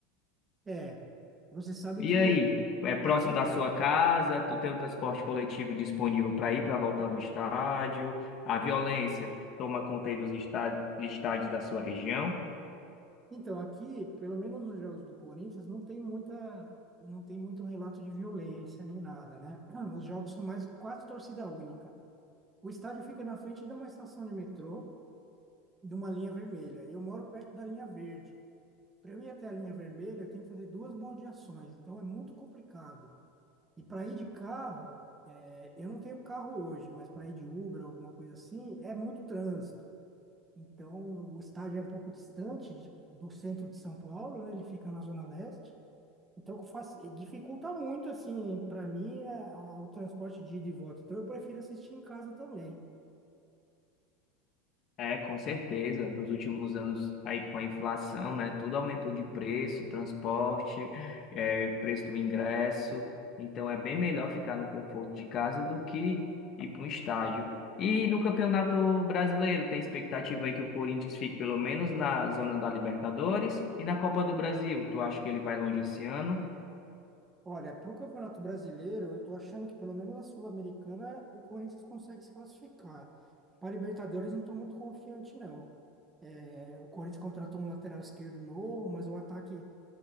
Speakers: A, on the right; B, on the left.
A: É, você sabe
B: E
A: que
B: aí,
A: a-
B: é próximo
A: aqui,
B: da sua casa? Tu tem o transporte coletivo disponível para ir para voltar do estádio? A violência toma conta aí dos estádios, estádios da sua região?
A: então, aqui, pelo menos nos jogos do Corinthians, não tem muita, não tem muito relato de violência nem nada, né? <clears throat> Os jogos são mais quase torcida única. O estádio fica na frente de uma estação de metrô, de uma linha vermelha. Eu moro perto da linha verde. Para eu ir até a linha vermelha, eu tenho que fazer duas baldeações, então é muito complicado. E para ir de carro, é, eu não tenho carro hoje, mas para ir de Uber, alguma coisa assim, é muito trânsito. Então, o estádio é um pouco distante de- do centro de São Paulo, né? Ele fica na Zona Leste. Então, faz, dificulta muito, assim, para mim, a- a- o transporte de ida e volta. Então, eu prefiro assistir em casa também.
B: É, com certeza. Nos últimos anos, aí com a inflação, né, tudo aumentou de preço, transporte, é, preço do ingresso. Então, é bem melhor ficar no conforto de casa do que ir para um estádio. E no Campeonato Brasileiro, tem expectativa aí que o Corinthians fique pelo menos na zona da Libertadores e na Copa do Brasil. Tu acha que ele vai longe esse ano?
A: Olha, para o Campeonato Brasileiro, eu estou achando que pelo menos a Sul-Americana o Corinthians consegue se classificar. Para Libertadores, não estou muito confiante, não. É, o Corinthians contratou um lateral esquerdo novo, mas o ataque